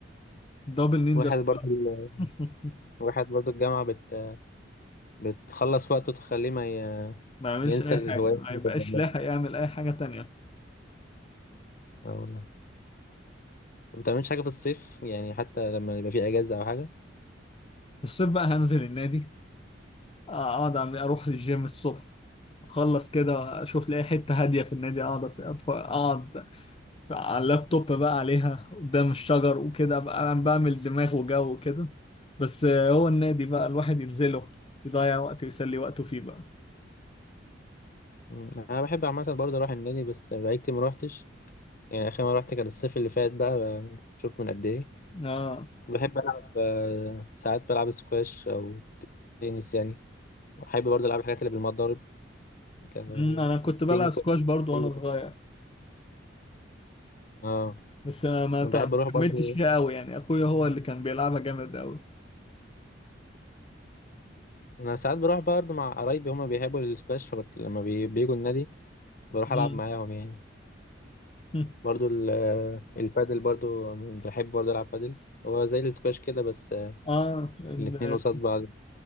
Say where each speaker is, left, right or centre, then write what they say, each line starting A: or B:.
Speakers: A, on the left; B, on the left.
A: دبل نينجا
B: واحد
A: ستار
B: برضو ال-
A: <laughs>
B: واحد برضو الجامعه بت... بتخلص وقته تخليه ما ي...
A: ما يعملش
B: ينسى
A: أي
B: الهوايات
A: حاجة ما
B: اللي
A: يبقاش
B: كان بيعملها
A: لاحق يعمل أي حاجة تانية
B: اه والله ما بتعملش حاجه في الصيف يعني حتى لما يبقى في اجازه او حاجه
A: في الصيف بقى هنزل النادي آه، اقعد أعمل- اروح للجيم الصبح اخلص كده اشوف لي اي حته هاديه في النادي اقعد أت- أتف- اقعد على اللابتوب بقى عليها قدام الشجر وكده ابقى انا بعمل دماغ وجو كده بس آه، هو النادي بقى الواحد ينزله يضيع وقت ويسلي وقته فيه بقى
B: مم. انا بحب عامه برضو اروح النادي بس بقالي كتير ما روحتش يعني اخر مره رحت كان الصيف اللي فات بقى شوف من قد ايه
A: اه
B: كنت بحب العب آه، ساعات بلعب سكواش او تنس يعني بحب برضه العب الحاجات اللي بالمضارب ك
A: أمم، انا كنت بلعب
B: بينج
A: سكواش برضو
B: بونج
A: وانا صغير
B: اه
A: بس أنا ما
B: انا
A: ت-
B: بحب
A: ما
B: اروح برضه
A: كملتش فيها قوي يعني اخويا هو اللي كان بيلعبها جامد قوي
B: انا ساعات بروح برضه مع قرايبي هما بيحبوا السكواش فكنت لما بي... بيجوا النادي بروح
A: أمم.
B: العب معاهم يعني
A: <laughs>
B: برضه ال... البادل برضه بحب برضه العب بادل هو زي السكواش كده بس آه،
A: اه ال-
B: الاتنين قصاد بعض